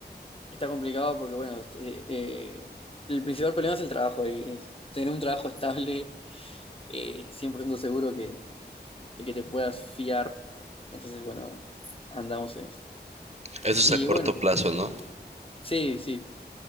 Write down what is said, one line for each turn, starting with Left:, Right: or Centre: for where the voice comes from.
Left: está complicado porque, bueno, este, eh, el principal problema es el trabajo, y es tener un trabajo estable eh, 100% seguro que, de que te puedas fiar. Entonces, bueno, andamos en eso.
Right: Eso
Left: Y
Right: es a corto
Left: bueno,
Right: plazo, ¿no?
Left: sí, sí.